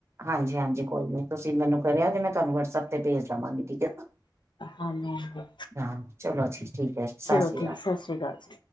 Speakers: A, on the right (about 35°); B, on the left (about 70°).
A: ਹਾਂਜੀ-ਹਾਂਜੀ ਕੋਈ ਨੀ ਤੁਸੀਂ ਮੈਨੂੰ ਕਰਿਆ ਜੇ ਮੈਂ ਤੁਹਾਨੂੰ ਵਟਸਐਪ ਤੇ ਭੇਜ ਦੇਵਾਂਗੀ ਠੀਕ ਏ।
B: ਹਾਂਜੀ ਹਾਂਜੀ
A: ਹਾਂ ਚਲੋ ਜੀ ਠੀਕ ਸਤਿ
B: ਚਲੋ
A: ਸ੍ਰੀ
B: ਠੀਕ
A: ਅਕਾਲ।
B: ਸਤਿ ਸ਼੍ਰੀ ਅਕਾਲ ਜੀ